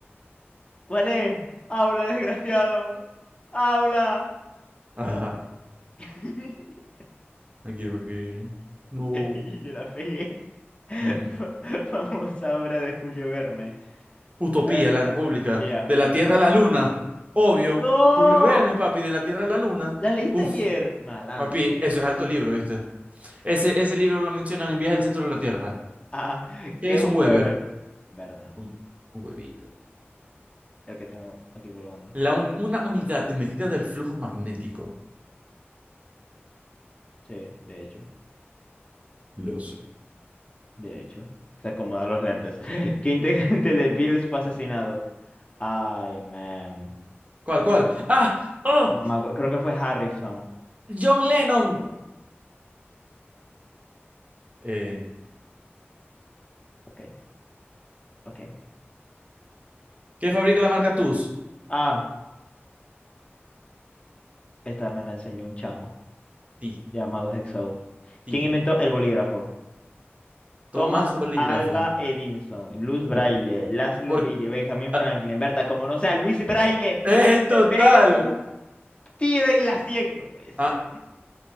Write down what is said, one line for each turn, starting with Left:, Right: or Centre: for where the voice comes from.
Left: ¿Cuál es? Habla, desgraciado. Habla.
Right: Ah,
Left: <laughs>
Right: me equivoqué. No.
Left: Y yo la pegué. <laughs>
Right: Mm.
Left: Fa- Famosa obra de Julio Verne.
Right: Utopía,
Left: Berta,
Right: la República.
Left: Utopía,
Right: De
Left: Utopía.
Right: la Tierra a la Luna. Obvio.
Left: ¡No!
Right: Julio Verne, papi, de la Tierra a la Luna.
Left: ¿La leíste
Right: Uf,
Left: ayer? Malandro.
Right: papi, eso es alto libro, ¿viste? Ese, ese libro lo mencionan en Viaje al Centro de la Tierra.
Left: Ah,
Right: ¿Qué
Left: ¿qué
Right: es
Left: es un
Right: un Weber?
Left: Weber? Berta.
Right: Un, un huevito.
Left: El que tengo aquí colgando.
Right: La un- una unidad de medida del flujo magnético.
Left: Sí, de hecho,
Right: Lo sé.
Left: de hecho. Se acomoda los lentes. <laughs> ¿Qué integrante de Beatles fue asesinado? Ay, man.
Right: ¿Cuál, cuál? ¡Ah! ¡Oh!
Left: Mamá, creo que fue Harrison.
Right: ¡John Lennon! Eh,
Left: Ok, ok,
Right: ¿qué
Left: ok.
Right: fabrica la marca TUS?
Left: Ah, esta me la enseñó un chamo
Right: Ti,
Left: llamado Hexo.
Right: ti.
Left: ¿Quién inventó el bolígrafo?
Right: Tomás
Left: Thomas
Right: Bolígrafo.
Left: Alba Edison, Luz Braille,
Right: Lo-
Left: Laszlo
Right: por-
Left: Birria, Benjamin
Right: ah,
Left: Franklin, Berta, como no sea Luis Braille,
Right: ¡Ey, total!
Left: te pego un tiro y la cien No puede ser,
Right: Ah,